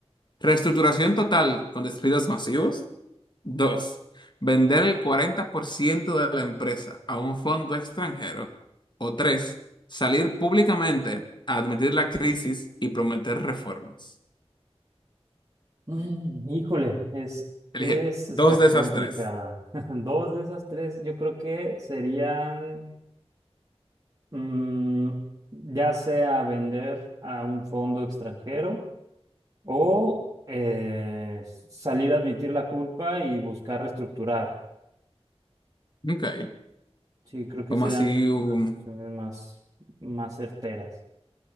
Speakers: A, on the left (about 45°); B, on the right (about 35°).
A: reestructuración total con despidos masivos. Dos, vender el 40% de la empresa a un fondo extranjero. O tres, salir públicamente a admitir la crisis y prometer reformas.
B: Mm, híjole, es,
A: Elige
B: es,
A: dos
B: está
A: de
B: complicada.
A: esas tres.
B: <laughs> Dos de esas tres yo creo que serían... Mm, ya sea vender a un fondo extranjero o eh, salir a admitir la culpa y buscar reestructurar.
A: Ok,
B: Sí, creo que
A: como
B: serían
A: así?
B: las,
A: un-
B: las opciones más, más certeras.